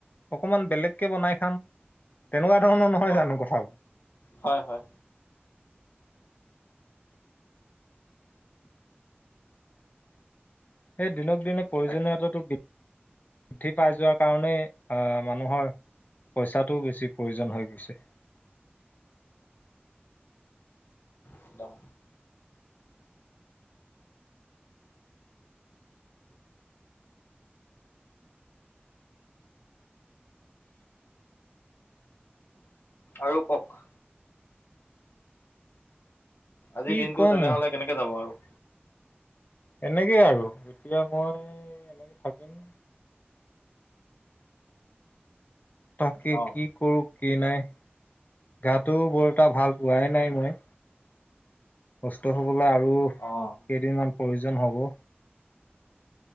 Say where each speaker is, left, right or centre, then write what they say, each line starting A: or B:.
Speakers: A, on the left; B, on the left.
A: অকমান বেলেগকে বনাই খাম তেনেকুৱা ধৰণৰ নহয়
B: অঁ
A: জানো কথাবোৰ
B: হয় হয়
A: সেই দিনক দিনে প্ৰয়োজনীয়তাটো-
B: তাক
A: বৃদ্ধি পাই যোৱাৰ কাৰণেই আহ মানুহৰ- পইচাটোও বেছি প্ৰয়োজন হৈ গৈছে।
B: একদম আৰু কওক- আজিৰ
A: কি
B: দিনটো
A: কম
B: তেনেহলে কেনেকে যাব আৰু-
A: এনেকেই আৰু এতিয়া মই এনেকে থাকিম। তাকে
B: অঁ
A: কি কৰোঁ কি নাই। গাটো বৰ এটা ভাল পোৱাই নাই মই- সুস্থ হবলৈ আৰু কেইদিনমান
B: অঁ
A: প্ৰয়োজন হ'ব।